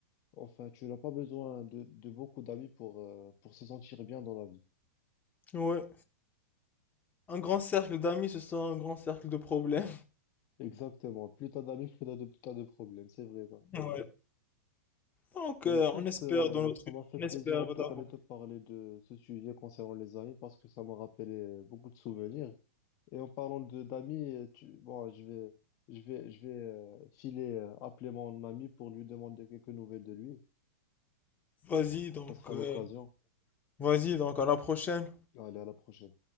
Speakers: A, on the left; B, on the left.
A: Enfin, tu n'as pas besoin de, de beaucoup d'amis pour, euh, pour se sentir bien dans la vie.
B: Ouais. Un grand cercle d'amis, ce sont un grand cercle de problèmes.
A: Exactement. Plus t'as d'amis, plus t'as de, t'as de problèmes. C'est vrai, ça.
B: <laughs> Ouais. Donc,
A: Ben
B: euh,
A: écoute,
B: on espère
A: euh,
B: dans notre,
A: ça m'a fait plaisir
B: on espère
A: en tout
B: d'avoir.
A: cas de te parler de ce sujet concernant les amis parce que ça m'a rappelé euh, beaucoup de souvenirs. Et en parlant de d'amis, euh, tu, bon, je vais, je vais, je vais euh, filer, euh, appeler mon ami pour lui demander quelques nouvelles de lui.
B: Vas-y donc,
A: Ça sera
B: euh,
A: l'occasion.
B: vas-y donc à la prochaine.
A: Allez, à la prochaine.